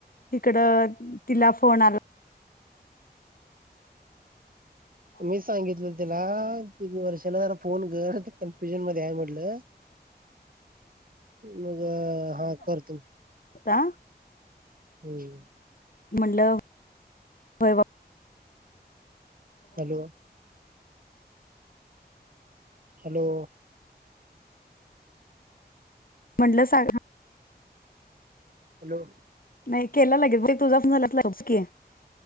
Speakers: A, on the left; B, on the right.
A: इकडं तिला फोन आला
B: मी सांगितलं त्याला तुम्ही वर्षाला जरा फोन कर कन्फ्युजन मध्ये आहे म्हटलं मग हा करतो
A: का
B: हम्म
A: म्हणलं वय
B: हॅलो हॅलो
A: म्हटलं सांगा
B: हॅलो
A: नाही केला लागेल तुझा फोन झालात की